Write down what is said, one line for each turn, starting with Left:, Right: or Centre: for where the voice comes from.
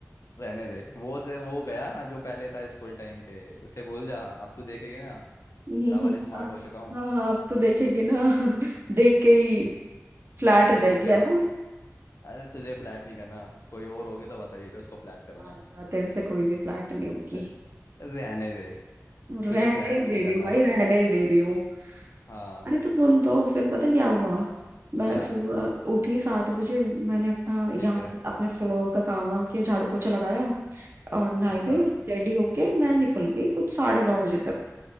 Left: रहने दे वो से वो गया जो पहले था स्कूल टाइम पे उसे भूल जा अब तू देखेगी ना
Right: हम्म,
Left: डबल स्मार्ट
Right: <laughs> हाँ
Left: हो चुका हूँ
Right: हाँ, अब तो देखेगी ना <laughs> देख के ही फ्लैट
Left: देख
Right: हो जाएगी
Left: के क्या
Right: है ना
Left: अरे तुझे फ्लैट नहीं करना कोई और होगी तो बताइए उसको फ्लैट करूंगा
Right: जा जा तेरे से कोई भी फ्लैट नहीं होगी
Left: अरे, रहने दे
Right: रहने
Left: तुझे फ्लैट
Right: ही
Left: भी
Right: दे
Left: नहीं करना
Right: रही हूँ भाई
Left: भाई
Right: रहने ही दे रही हूँ
Left: हाँ
Right: अरे तो सुन तो फिर पता क्या हुआ
Left: था
Right: मैं
Left: क्या
Right: सुबह उठी सात बजे मैंने अपना
Left: ठीक
Right: यहाँ
Left: है
Right: पे अपने फ्लोर का काम वाम किया झाड़ू पोछा लगाया और नहाई
Left: अच्छा
Right: धोई रेडी होके मैं निकल गई कुछ साढ़े नौ बजे तक